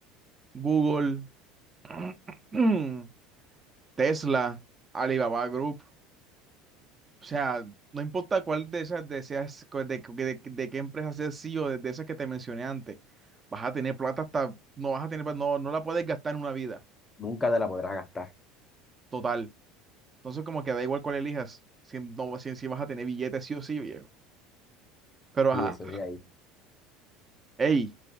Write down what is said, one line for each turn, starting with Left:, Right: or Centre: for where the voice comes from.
Right: Google, <clears throat> Tesla, Alibaba Group. O sea, no importa cuál de esas deseas, cuál de, de- de qué empresa seas C E o de, de esas que te mencioné antes, vas a tener plata hasta, no vas a tener, pa- no, no la puedes gastar en una vida
Left: Nunca te la podrás gastar.
Right: total. Entonces, como que da igual cuál elijas, si, no, si, si vas a tener billetes sí o sí, viejo. Pero ajá.
Left: Sí, eso sí, ahí.
Right: Ey,